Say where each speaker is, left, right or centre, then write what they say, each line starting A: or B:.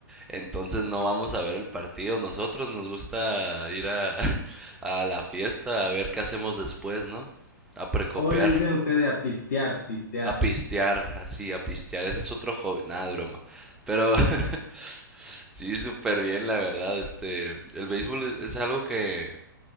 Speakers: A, in the centre; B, on the left.
A: entonces no vamos a ver el partido, nosotros nos gusta ir a, <laughs> a la fiesta, a ver qué hacemos después, ¿no? A precopiar.
B: ¿Cómo le dicen ustedes a pistear, pistear?
A: A pistear, así, a pistear. Ese es otro hobby. Nada, de broma. Pero <laughs> sí, súper bien, la verdad. Este, el béisbol es, es algo que